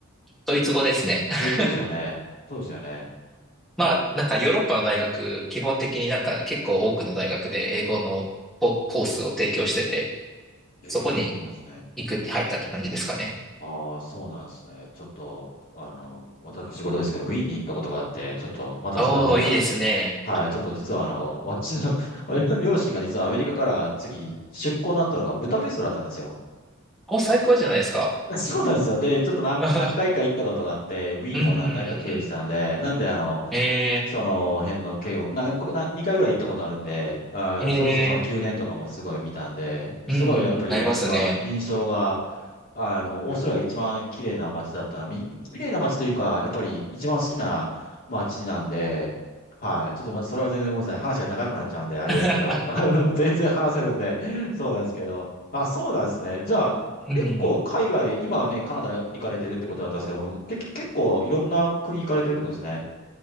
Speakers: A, in the centre; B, on the left.
A: ドイツ語ですね。<laughs>
B: ドイツ語ですよね。そうですよね。
A: まあ、なんかヨーロッパの大学、基本的になんか結構多くの大学で英語のココースを提供してて、
B: ええ、
A: そこに
B: そうなんですね。
A: 行くって入ったって感じですかね。
B: ああ、そうなんですね。ちょっと、あの、私事ですけど、ウィーンに行ったことがあって、ちょっと、またそれはまた
A: おー、いいですね。
B: はい、ちょっと実はあの、私の、<laughs> 私の両親が実はアメリカから次、出向になったのがブダペストだったんですよ。
A: お、最高じゃないですか。
B: <laughs> そうなんですよ。で、ちょっと何、
A: <laughs> うん
B: 何回か行ったことがあって、ウィーンも何回か経由したんで、
A: うんうんうん。
B: なんであの、
A: え
B: その辺の経由、なんか、な2回ぐらい行ったことあるんで、あの、
A: ー、え
B: それこそその宮殿とかもすごい見たんで、すごいやっぱり私は印象が
A: ー、うんうんうん。なりますね。
B: あの、オーストラリアが一番綺麗な街だったな。み綺麗な街というか、やっぱり一番好きな街なんで、はい。ちょっとま、それは全然ごめんなさい。話が長くなっちゃうんで、あれですけど。
A: <laughs>
B: <laughs> 全然話せるんで、そうなんですけど。あ、そうなんですね。じゃあ、
A: うん
B: 結構海外、今はね、カナダ行かれてるってことだったんですけども、結局結構いろんな国行かれてるってことですね。